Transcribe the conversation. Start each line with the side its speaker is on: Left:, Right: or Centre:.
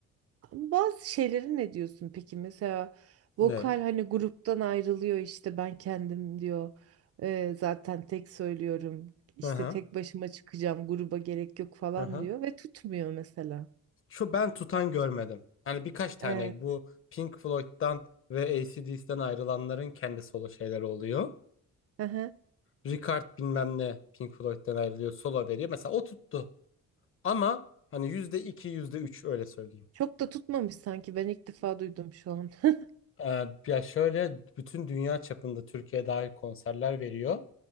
Right: Ama Bazı şeylere ne diyorsun peki? Mesela vokal
Left: Ne?
Right: hani gruptan ayrılıyor işte ben kendim diyor. Ee, zaten tek söylüyorum. İşte
Left: Hı hı.
Right: tek başıma çıkacağım gruba gerek yok falan
Left: Hı hı.
Right: diyor ve tutmuyor mesela.
Left: Şu ben tutan görmedim. Hani birkaç tane
Right: Evet.
Left: bu Pink Floyd'dan ve AC/DC'den ayrılanların kendi solo şeyleri oluyor.
Right: Hı hı.
Left: Ricard bilmem ne Pink Floyd'den ayrılıyor solo veriyor. Mesela o tuttu ama hani yüzde iki yüzde üç öyle söyleyeyim.
Right: Çok da tutmamış sanki ben ilk defa duydum şu an. <laughs>
Left: Ee, ya şöyle bütün dünya çapında Türkiye dahil konserler veriyor